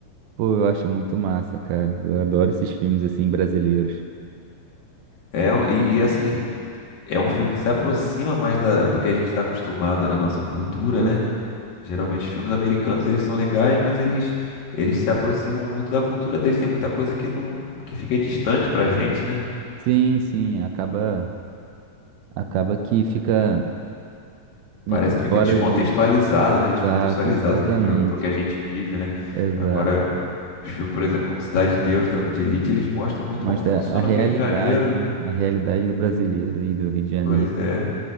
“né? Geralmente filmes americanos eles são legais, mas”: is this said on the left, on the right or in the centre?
Left